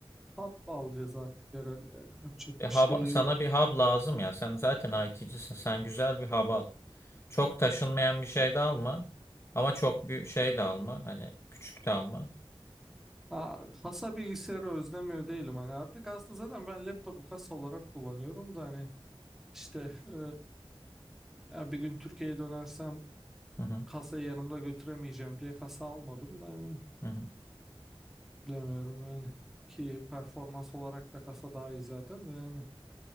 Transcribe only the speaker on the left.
E, hub,
sana
bir hub lazım ya. Sen zaten IT'cisin. Sen güzel bir hub al. Çok taşınmayan bir şey de alma. Ama çok büyük şey de alma. Hani küçük de alma.
Hı hı,
hı hı.